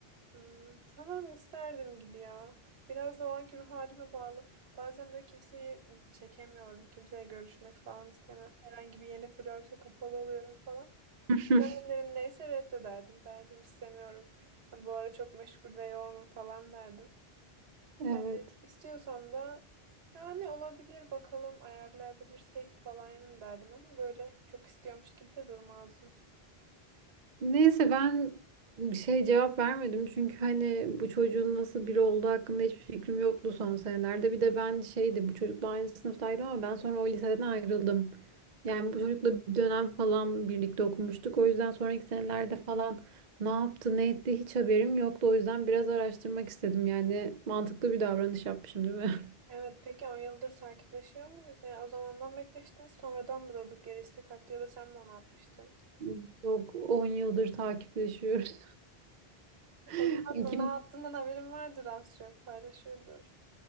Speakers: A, on the right (about 80°); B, on the right (about 50°).
A: Hmm, sanırım isterdim gibi ya. Biraz da o anki ruh halime bağlı. Bazen böyle kimseyi çekemiyorum. Kimseye görüşmek falan istemem. Herhangi bir yeni flörte kapalı oluyorum falan.
B: <laughs>
A: O dönemlerim neyse reddederdim. Derdim istemiyorum. Bu ara çok meşgul ve yoğunum falan derdim.
B: Evet.
A: Yani istiyorsam da yani olabilir bakalım ayarlayabilirsek falan derdim ama böyle çok istiyormuş gibi de durmazdım.
B: Neyse ben bir şey cevap vermedim çünkü hani bu çocuğun nasıl biri olduğu hakkında hiçbir fikrim yoktu son senelerde. Bir de ben şeydi bu çocukla aynı sınıftaydım ama ben sonra o liseden ayrıldım. Yani bu çocukla bir dönem falan birlikte okumuştuk. O yüzden sonraki senelerde falan ne yaptı ne etti hiç haberim yoktu. O yüzden biraz araştırmak istedim yani mantıklı bir davranış yapmışım değil mi?
A: Evet peki on yıldır takipleşiyor muyuz? Yani o zamandan bekleştiniz sonradan mı durduk yere istek attı ya da sen mi onu atmıştın?
B: <laughs> Yok 10 yıldır takipleşiyoruz. <laughs>
A: O zaman
B: Kim
A: ne yaptığından haberin vardır az çok paylaşıyordur.